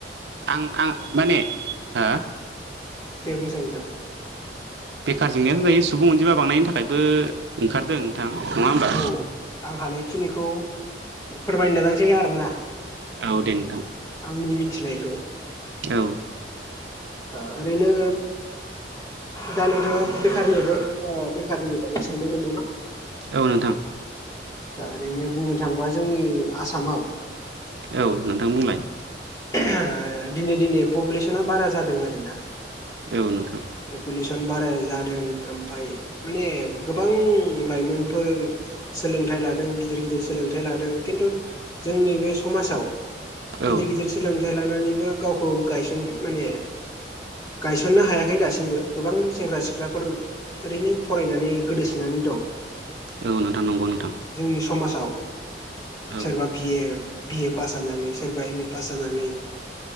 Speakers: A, on the right; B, on the left.
A: आं आं माने हो
B: दे बुंसाय नोंथां
A: बेखार जेंनायाथ' दायो सुबुं अनजिमा बांनायनि थाखायबो ओंखारदों नोंथां नङा होमबा
B: औ आं हानायखिनिखौ फोरमायनो नाजानसै आरोना
A: औ दे नोंथां
B: आंनि मिनथिनायखौ
A: औ
B: ओ ओरैनो दा नोंथाङा बेखारनिबो ओ बेखारनि बागै सोंदोंमोन नामा
A: औ नोंथां
B: ओ ओरैनो बुंनो थाङोबा जोंनि आसामाव
A: औ नोंथां बुंलाय
B: ओ दिने दिनै पपुलेसना बारा जादों आरो ना
A: औ नोंथां
B: पपुलेसन बारा जादों ओमफाय माने गोबां लाइमोनफोर सोलोंथाइ लादों गिदिर गिदिर सोलोंथाइ लादों खिन्थु जोंनि बे समाजाव
A: औ
B: गिदिर गिदिर सोलोंथाइ लानानैबो गावखौ गायसन माने गायसननो हायाखै दासिमबो गोबां सेंग्रा सिख्लाफोर ओरैनो फरायनानै गोदोसोनानै दं
A: औ नोंथां नंगौ नोंथां
B: जोंनि समाजाव
A: औ
B: सोरबा बि ए बि ए पास जानानै सोरबा एम ए पास जानानै